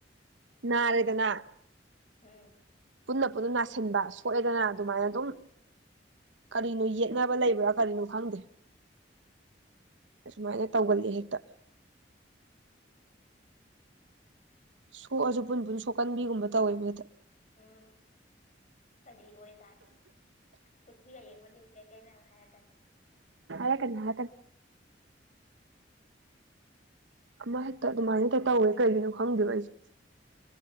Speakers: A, on the right; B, on the left.
A: ꯅꯥꯔꯦꯗꯅ
B: ꯎꯝ
A: ꯄꯨꯟꯅ ꯄꯨꯟꯅ ꯅꯥꯁꯤꯟꯕ ꯁꯣꯛꯑꯦꯗꯅ ꯑꯗꯨꯃꯥꯏꯅ ꯑꯗꯨꯝ ꯀꯔꯤꯅꯣ ꯌꯦꯠꯅꯕ ꯂꯩꯕ꯭ꯔꯥ ꯀꯔꯤꯅꯣ ꯈꯪꯗꯦ ꯑꯁꯨꯃꯥꯏꯅ ꯇꯧꯒꯜꯂꯤ ꯍꯦꯛꯇ ꯁꯣꯛꯑꯁꯨ ꯄꯨꯟ ꯄꯨꯟ ꯁꯣꯛꯀꯟꯕꯤꯒꯨꯝꯕ ꯇꯧꯋꯦ ꯃꯤꯗ
B: ꯎꯝ ꯀꯔꯤ ꯑꯣꯏꯖꯥꯠꯅꯣ ꯀꯊꯤꯒ ꯌꯦꯡꯉꯣꯗ ꯀꯔꯤꯀꯩꯅꯣ ꯍꯥꯏꯔꯛꯀꯅꯤ
A: ꯑ ꯀꯅ ꯍꯥꯏ ꯑꯃ ꯍꯦꯛꯇ ꯑꯗꯨꯃꯥꯏꯅ ꯍꯦꯛꯇ ꯇꯧꯋꯦ ꯀꯩꯒꯤꯅꯣ ꯈꯪꯗꯦꯕꯣ ꯑꯩꯁꯦ